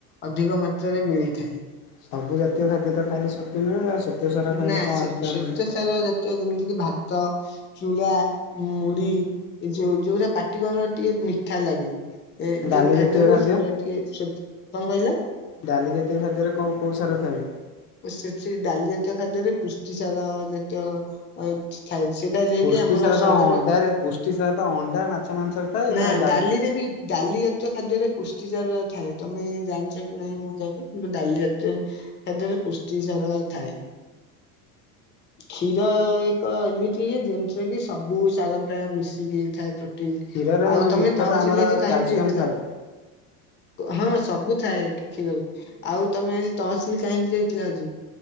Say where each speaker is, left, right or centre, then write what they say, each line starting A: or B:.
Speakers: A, on the left; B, on the left.
A: ଅଧିକ ମାତ୍ରାରେ ମିଳିଥାଏ।
B: ସବୁ ଜାତୀୟ ଖାଦ୍ୟ ତ ଖାଇଲେ ଶକ୍ତି ମିଳେ ଆଉ ଶ୍ଵେତସାର
A: ନା
B: ଖାଇଲେ କଣ
A: ସେ
B: ଏକ୍ସଟ୍ରା ମିଳେ?
A: <unintelligible> ଜାତୀୟ ଯେମିତି କି ଭାତ ଚୁଡ଼ା, ମୁଢି ଏ ଯୋଉ ଯୋଉରା ପାଟିକୁ ଆମର ଟିକେ ମିଠା ଲାଗେ ଏ
B: ଡାଲି
A: ଯୋଉ ଖାଦ୍ୟକୁ
B: ଜାତୀୟ ଖାଦ୍ୟ
A: ସେଇଟା ଶ୍ଵେ ଟିକେ କଣ କହିଲ?
B: ଡାଲି ଜାତୀୟ ଖାଦ୍ୟରେ କଉ କଉ ସାର ଥାଏ?
A: ସେଠି ଡାଲି ଜାତୀୟ ଖାଦ୍ୟରେ ପୁଷ୍ଟିସାର ଜାତୀୟ ଆ ଥାଏ। ସେଟା ଯାଇକି
B: ପୁଷ୍ଟି
A: ଆମର
B: ସାର
A: ସଜର
B: ତ ଅଣ୍ଡାରେ ପୁଷ୍ଟି ସାର ତ ଅଣ୍ଡା ମାଛ ମାଂସରେ ଥାଏ
A: ନା ଡାଲିରେ ବି ଡାଲି ଜାତୀୟ ଖାଦ୍ୟରେ ପୁଷ୍ଟିସାର ଥାଏ ତମେ ଜାଣିଚ କି ନାହିଁ ମୁଁ ଜାଣିନି କିନ୍ତୁ ଡାଲି ଜାତୀୟ ଖାଦ୍ୟରେ ପୁଷ୍ଟି ସାର ଥାଏ। କ୍ଷୀର ଏକ ଏମିତି ଇଏ ଯେମଥିରେ କି ସବୁ ସାର ପ୍ରାୟ ମିଶିକି ଥାଏ।
B: କ୍ଷୀରରେ
A: ଆଉ
B: ମୁଖ୍ୟତଃ
A: ତମେ ତହସିଲ
B: ଆମର
A: ଆଜି କାହିଁକି
B: କ୍ୟାଲସିୟମ
A: ଯାଇଥିଲ?
B: ଥାଏ।
A: ହଁ ସବୁ ଥାଏ କିଖରେ ଆଉ ତମେ ଆଜି ତହସିଲି କାହିଁକି ଯାଇ <unintelligible>